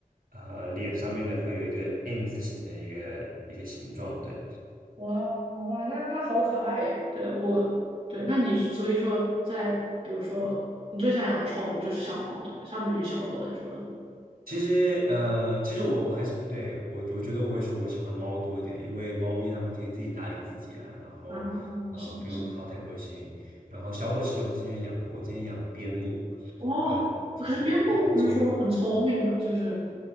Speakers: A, on the right (about 90°); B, on the right (about 40°).
A: 呃脸上面呢会有一个 M 字形的一个一个形状，对。
B: 哇哇，那那好可爱呀！对我，对，那你所以说在，比如说你最想养的宠物就是小猫，对吗？相比于小狗来说的话，
A: 其实，呃，其实我我还是对我我觉得我会说我喜欢猫多一点，因为猫咪它们可以自己打理自己啊，然后，
B: 啊，
A: 呃，
B: 是的，
A: 不用操太多心。
B: 是的。
A: 然后小狗其实我之前有养过，我之前养边牧，
B: 哇，
A: 不然
B: 可是边牧不是说很聪明嘛，
A: 对就是那个
B: 就是